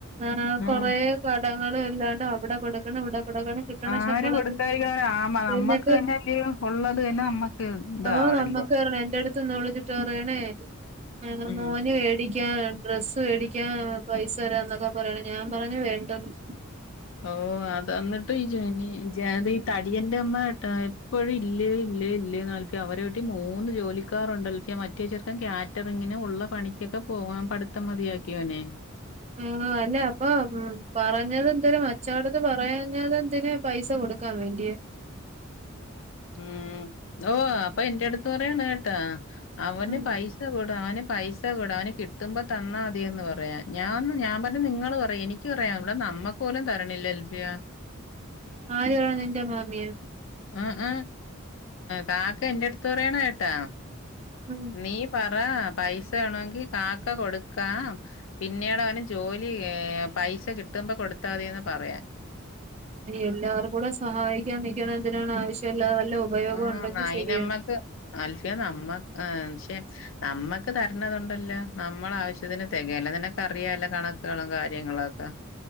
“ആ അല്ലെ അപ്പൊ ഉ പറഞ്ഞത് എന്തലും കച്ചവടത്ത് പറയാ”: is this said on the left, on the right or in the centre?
Right